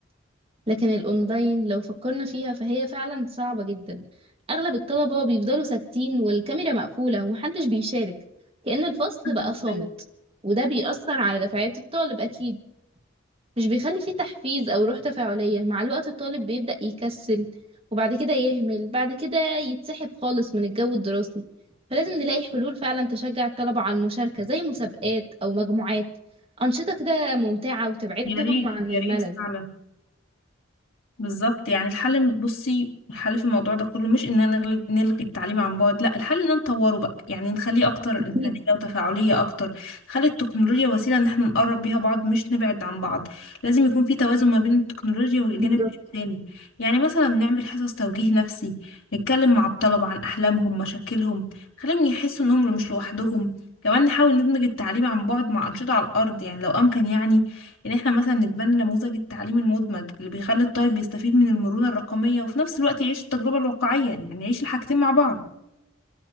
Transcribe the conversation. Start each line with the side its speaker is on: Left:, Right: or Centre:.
Right: لكن الاونلاين لو فكرنا فيها فهي فعلا صعبة جدا اغلب الطلبة بيفضلوا ساكتين والكاميرا مقفولة ومحدش بيشارك كأن الفصل
Left: للأسف،
Right: بقى صامت
Left: أيوة.
Right: وده بيأثر على دفعات الطالب اكيد مش بيخلي فيه تحفيز أو روح تفاعلية مع الوقت الطالب بيبدأ يكسل وبعد كده يهمل بعد كده يتسحب خالص من الجو الدراسي فلازم نلاقي حلول فعلا تشجع الطلبة على المشاركة زي مسابقات أو مجموعات أنشطة كده ممتعة وتبعدهم
Left: يا ريت
Right: عن
Left: يا
Right: الملل
Left: ريت فعلا بالظبط يعني الحل بصي الحل في الموضوع ده كله مش اننا نغل- نلغي التعليم عن بعد لا الحل ان نطوره بقى يعني نخليه اكتر
Right: أكيد
Left: انسانية وتفاعلية اكتر نخلي التكنولوجيا وسيلة ان احنا نقرب بيها بعض مش نبعد عن بعض لازم يكون في توازن ما بين التكنولوجيا والجانب
Right: بالظبط
Left: الانساني يعني مثلا نعمل حصص توجيه نفسي نتكلم مع الطلبة عن احلامهم مشاكلهم نخليهم يحسوا انهم مش لوحدهم كمان نحاول ندمج التعليم عن بعد مع أنشطة على الأرض يعني لو أمكن يعني يعني احنا مثلا نتبنى نموذج التعليم المدمج اللي بيخلي الطالب يستفيد من المرونة الرقمية وفي نفس الوقت يعيش التجربة الواقعية يعني يعيش الحاجتين مع بعض